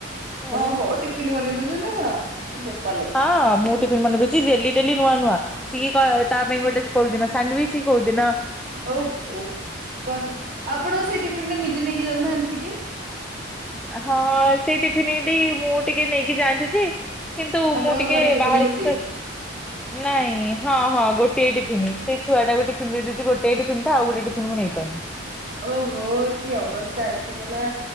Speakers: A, in the centre; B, on the right.
A: ଆଉ
B: ଓ ହୋ ଟିଫନ୍ ବନେଇ ଦଉଛନ୍ତି ଆପଣ! ବୋପାଲୋ
A: ହଁ ମୁଁ ଟିଫିନ୍ ବନେଇ ଦଉଛି। ଡେଲି ଡେଲି ନୂଆ ନୂଆ। ସିଏ ଙ୍କ ତା ପାଇଁ ଗୋଟେ କୋଉଦିନ ସାଣ୍ଡୱିଚ କୋଉଦିନ
B: ଓ ହୋ ବୋପା ଆପଣ ସେଇ ଟିଫିନରେ ନିଜେ ନେଇକି ଯାଉନାହାନ୍ତି ଟିକେ
A: ହଁ ସେ ଟିଫିନଟି ମୁଁ ଟିକେ ନେଇକି ଯାନ୍ତିଯେ କିନ୍ତୁ
B: ଆପଣଙ୍କ
A: ମୁଁ ଟିକେ
B: ଘରେ ଟିଫିନ
A: ବାହାରାରେ
B: ଗୋଟିଏ
A: ଜିନିଷ। ନାଇଁ ହଁ ହଁ ଗୋଟିଏ ଟି ଫିନି ଛୁଆଟାକୁ ଟିଫିନ ଦେଇଦଉଛି ଗୋଟାଏ ଟିଫିନ ତ ଆଉ ଗୋଟେ ଟିଫିନ ମୁଁ ନେଇପାରୁନି।
B: ଓହୋ କି ଅବସ୍ଥା ଆସିଗଲା।